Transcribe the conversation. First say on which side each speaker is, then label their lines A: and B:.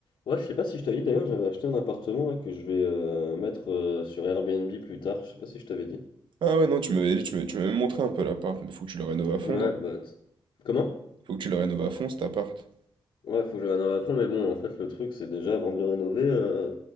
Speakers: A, on the left; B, on the right.
A: Ouais, je sais pas si je t'avais dit d'ailleurs, j'avais acheté un appartement là que je vais euh, mettre euh, sur Airbnb plus tard. Je sais pas si je t'avais dit.
B: Ah ouais, non, tu m'avais dit, tu m'avais tu m'avais même montré un peu l'appart, mais faut que tu le rénoves à fond,
A: Ouais,
B: non?
A: bah. t- Comment?
B: Faut que tu le rénoves à fond cet appart.
A: Ouais, faut que je rénove à fond, mais bon, en fait, le truc, c'est déjà avant de le rénover, euh,